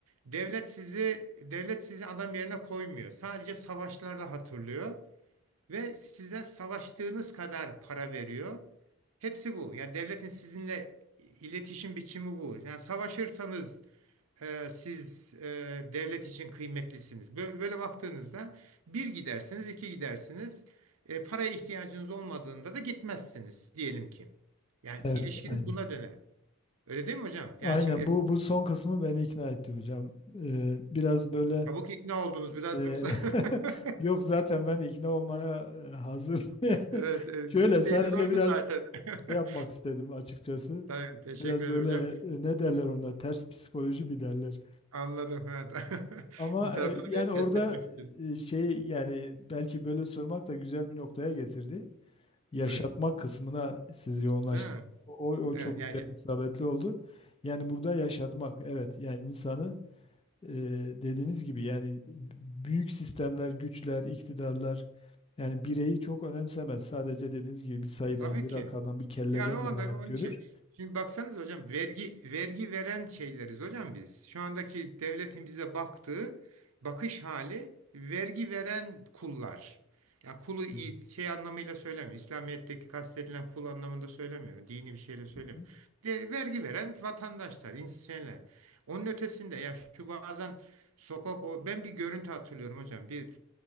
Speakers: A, on the right; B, on the left.
A: Devlet sizi devlet sizi adam yerine koymuyor. Sadece savaşlarda hatırlıyor ve size savaştığınız kadar para veriyor. Hepsi bu. Yani devletin sizinle iletişim biçimi bu. Yani savaşırsanız e, siz e, devlet için kıymetlisiniz. Böyle, böyle baktığınızda bir gidersiniz, iki gidersiniz. E, paraya ihtiyacınız olmadığında da gitmezsiniz diyelim ki. Yani
B: Evet
A: ilişkiniz
B: aynen.
A: buna döner. Öyle değil mi hocam?
B: Aynen
A: Yani şimdi et,
B: bu bu son kısmı beni ikna etti hocam. Ee, biraz böyle
A: çabuk ikna oldunuz. Biraz
B: e,
A: dursa. <laughs>
B: <laughs> yok zaten ben ikna olmaya e, hazır. <laughs> Yani
A: Evet, e,
B: Şöyle
A: isteğiniz
B: sadece
A: oydu
B: biraz
A: zaten. <laughs>
B: şey yapmak istedim açıkçası.
A: Tamam, teşekkür
B: Biraz
A: ederim
B: böyle
A: hocam.
B: e, ne derler ona ters psikoloji bir derler.
A: Anladım. Evet.
B: Ama
A: <laughs> Bir taraftan
B: e,
A: da
B: yani
A: beni test
B: orada
A: etmek istedim.
B: e, şey yani belki böyle sormak da güzel bir noktaya getirdi. Yaşatmak
A: Buyurun.
B: kısmına siz yoğunlaştınız.
A: Değil mi?
B: O, o o
A: Evet.
B: çok
A: Yani
B: güzel isabetli oldu. Yani burada yaşatmak evet yani insanı e, dediğiniz gibi yani büyük sistemler, güçler, iktidarlar yani bireyi çok önemsemez. Sadece dediğiniz gibi bir sayıdan,
A: Tabii
B: bir
A: ki.
B: rakamdan, bir kelleden
A: Yani o anda
B: ibaret
A: onun
B: görür.
A: için. Şimdi baksanız hocam vergi vergi veren şeyleriz hocam biz. Şu andaki devletin bize baktığı bakış hali vergi veren kullar. Ya kulu iyi-
B: Hı
A: şey anlamıyla söylemiyorum. İslamiyet'teki kastedilen kul anlamında söylemiyorum. Dini bir şeyle söylemiyorum.
B: hı.
A: De, vergi veren vatandaşlar, ins- şeyler. Onun ötesinde ya şu bazen sokak o ben bir görüntü hatırlıyorum hocam. Bir